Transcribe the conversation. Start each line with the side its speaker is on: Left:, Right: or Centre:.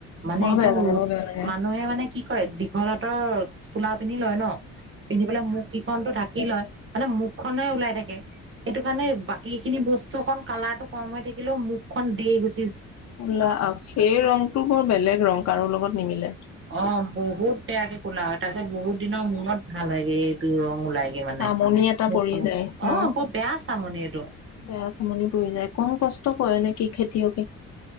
Right: মানে
Left: বৰ
Right: একদম
Left: বেয়া লাগে
Right: ৰ'দ
Left: বৰ বেয়া লাগে
Right: মানুহে মানে কি কৰে ঘলাতৰ চোলা পিন্ধি লয় ন পিন্ধি পেলাই মুখ কেইখন টো ঢাকি লয় মানে মুখ খনে ওলাই থাকে সেইটো কাৰণে বাকী খিনি বস্ত- খন কালাৰ টো কম হৈ থাকিলেও মুখ খন দে গৈ-
Left: কোলা আহ সেই ৰংটো মোৰ বেলেগ ৰং কাৰো লগত নিমিলে।
Right: অ বহুত বেয়াকে কোলা হয় তাৰ পিছত বহুত দিনৰ মনত ভাল হয় এইটো ৰং মোলাইগে মানে
Left: চামনি এটা
Right: মুখ
Left: পৰি
Right: খন
Left: যায়
Right: অ
Left: ন
Right: বেয়া চামনি এইটো
Left: বেয়া চামনি পৰি যায় কম কষ্ট কৰে নে কি খেতিয়কে